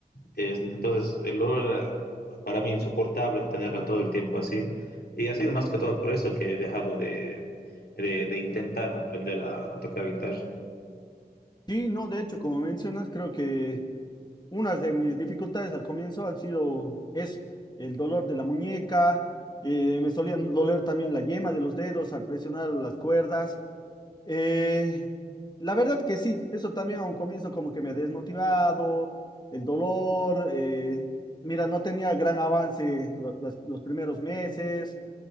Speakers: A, on the left; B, on the left.
A: es, entonces, el olor era para mí insoportable tenerla todo el tiempo así. Y ha sido más que todo por eso que he dejado de, de, de intentar aprender a, a, tocar guitarra.
B: Sí, no, de hecho, como mencionas, creo que unas de mis dificultades al comienzo han sido eso, el dolor de la muñeca, eh, me solían doler también la yema de los dedos al presionar las cuerdas. Eh, la verdad que sí, eso también a un comienzo como que me he desmotivado, el dolor, eh, mira, no tenía gran avance lo- las- los primeros meses,